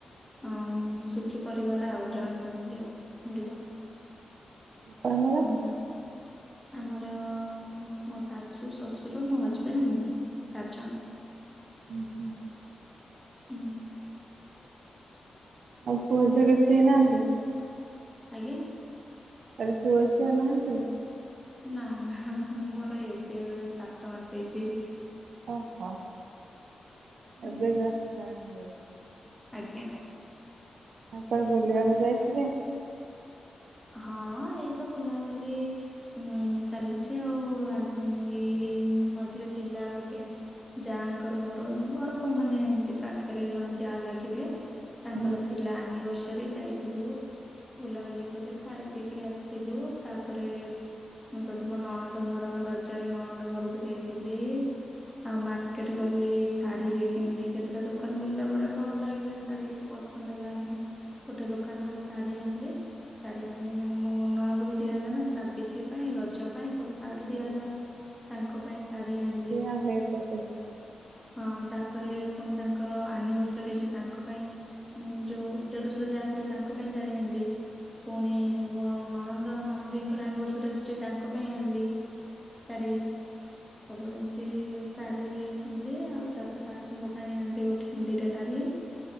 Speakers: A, in the centre; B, on the right.
A: ହଁ ଉମ୍ ସୁଖୀ ପରିବାର ଆଉ ଜଏଣ୍ଟ ଫ୍ୟାମିଲି ଆଉ ଭଲ।
B: ଆପଣଙ୍କର?
A: ହୁଁ। ଆମର ମୋ ଶାଶୁ, ଶଶୁର, ମୋ ହଜବେଣ୍ଡ ମୁଁ। ଚାର ଜଣ।
B: ହୁଁ ହୁଁ।
A: ହୁଁ।
B: ଆଉ ପୁଅ ଝିଅ
A: ଆଉ
B: କିଛି ହେଇ ନାହାନ୍ତି?
A: ଆଜ୍ଞା।
B: ଆରେ ପୁଅ ଝିଅ ଆଉ ନାହାନ୍ତି।
A: ନା ନା ମୋର ଏବେ ଏବେ ସାତ ମାସ ହେଇଚି।
B: ଓହୋ
A: ହୁଁ,
B: ଏବେ ଜଷ୍ଟ୍ ବାହା ହେଇଛି।
A: ଆଜ୍ଞା।
B: ଆଉ କୁଆଡେ ବୁଲିବାକୁ
A: ଆ,
B: ଯାଇଥିଲେ?
A: ହଁ ଏଇତ ବୁଲାବୁଲି। ଉଁ ଚାଲିଛି ଆଉ ଆଜି ଏଇ ଏବେ ମଝିରେ ଥିଲା ଗୋଟେ ଯାଆଙ୍କର ମୋର ମୋର ତ ମାନେ ଏମତି ପାଖେରେ ଜଣେ ଯାଆ ଲାଗିବେ
B: ହୁଁ
A: ତାଙ୍କର ଥିଲା ଆନିଭର୍ସରୀ ଯାଇଥିଲୁ। ବୁଲାବୁଲି ପରେ ଖାଇ ପିଇକିରି ଆସିଲୁ। ତାପରେ ମୁଁ ସେଇଠୁ ମୋ ନଣନ୍ଦ ଘର ରଜରେ ନଣନ୍ଦ ଘରକୁ ଯାଇଥିଲି। ଆଉ ମାର୍କେଟ ଗଲି ଶାଢୀ ବି କିଣିଲି କେତେଟା ଦୋକାନ ବୁଲିଲା ପରେ ଭଲ ଲାଗିଲାନି ଶାଢୀ କିଛି। ପସନ୍ଦ ହେଲାନି। ଗୋଟେ ଦୋକାନରୁୁ ମୁଁ ଶାଢୀ ଆଣିଲି। ଶାଢ଼ୀ ଆଣିବ ମାନେ ମୋ ନଣନ୍ଦକୁ ଦିଆ ହେଲା ନା ସାବିତ୍ରୀ ପାଇଁ ରଜ ପାଇଁ ସବୁ ଶାଢୀ
B: ହୁଁ
A: ଦିଆ ହେଲା। ତାଙ୍କ ପାଇଁ ଶାଢୀ ଆଣିଲି।
B: ସେଇଆ ହୁଏ ତ ସେଥିରେ
A: ହଁ ତାପରେ ପୁଣି ତାଙ୍କର ଆନିଭର୍ସରୀ ଅଛି ତାଙ୍କ ପାଇଁ ଉଁ ଯୋଉ ଦେରଶୁର ଯାଆ ଥିଲେ ତାଙ୍କ ପାଇଁ ଶାଢୀ ଆନଦିଏ। ପୁଣି ମୋର ନଣନ୍ଦ ନଣନ୍ଦେଇଙ୍କର ଆନିଭର୍ସରୀ ଆସୁଚି ତାଙ୍କ ପାଇଁ ଆଣଲି। ଶାଢ଼ୀ। ସବୁ ଏମତି ଶାଢୀ କିଣଲି। ଆଉ ତାପରେ ଶାଶୁଙ୍କ ପାଇଁ ଆଣିଲି ଗୋଟେ। ଦିଟା ଶାଢ଼ୀ